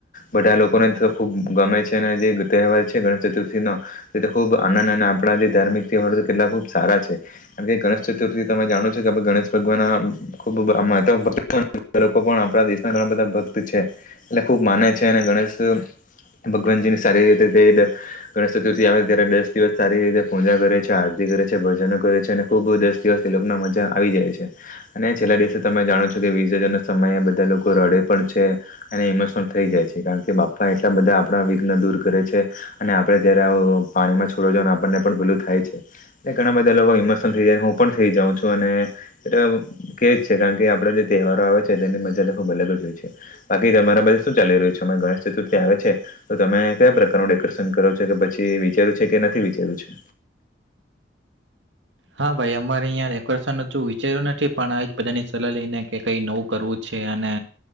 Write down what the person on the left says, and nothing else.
બધા લોકોને ખુબ ગમે છે. અને જે તહેવાર છે ગણેશ ચતુર્થી નો તે ખુબ આનંદ અને આપણા જે ધાર્મિક તહેવાર તેટલા ખુબ સારા છે. કારણ કે ગણેશ ચતુર્થી તમે જાણો છો કે, આપ ગણેશ ભગવાન ખુબ ભક્ <inaudible> લોકો પણ આપણા દેશના ઘણા બધા ભક્ત છે. એટલે ખુબ માને છે અને ગણેશ ભગવાનજી ની સારી રીતે તે, ગણેશ ચતુર્થી આવે ત્યારે દસ દિવસ સારી રીતે પૂજા કરે છે, આરતી કરે છે, ભજનો કરે છે. અને ખૂબ દસ દિવસથી લોકો મજા આવી જાય છે. અને છેલ્લા દિવસે તમે જાણો છો કે વિસર્જન સમયે બધા લોકો રડે પણ છે. અને ઇમોશન થઈ જાય છે. કારણ કે બાપ્પા એટલા બધા આપણા વિઘ્ન દૂર કરે છે. અને આપડે જય્યારે પાણીમાં છોડો છો અને આપણને પણ પેલું થાય છે ઘણા બધા બધા લોકો ઇમોશનલ થઈ જાય. હું પણ થઈ જાઉં છું. અને એટલે કે જ છે કારણ કે આપડ જે તહેવારો આવે છે. તેની મજા ખુબ અલગ જ હોય છે. બાકી તમારા બધે શું ચાલી રહ્યું છે? અ ગણેશ ચતુર્થી આવે છે, તો તમે કયા પ્રકારનું ડેકોરેશન કરો છો? કે પછી વિચાર્યું છે કે, નથી વિચાર્યું છે?